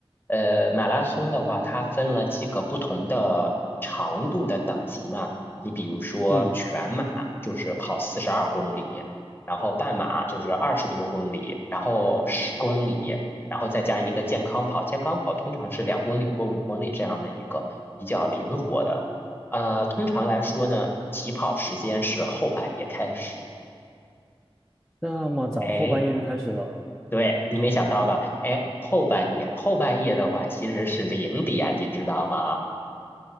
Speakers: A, on the left; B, in the centre.
A: 呃，马拉松的话，它分了几个不同的长度的等级嘛。你比如说全马就是跑四十二公里，
B: 嗯，
A: 然后半马就是二十多公里，然后十公里。然后再加一个健康跑，健康跑通常是两公里或五公里这样的一个比较灵活的。呃，通常来说呢，起跑时间是后半夜开始。
B: 那么早后半夜就开始了，
A: 哎，对，你没想到吧？哎，后半夜，后半夜的话其实是零点，你知道吗？